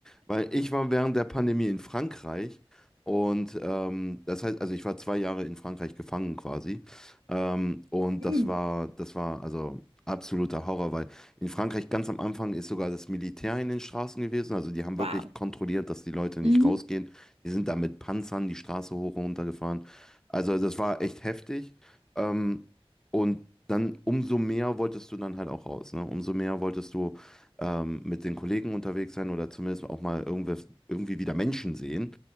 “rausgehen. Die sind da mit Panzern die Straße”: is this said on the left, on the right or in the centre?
Centre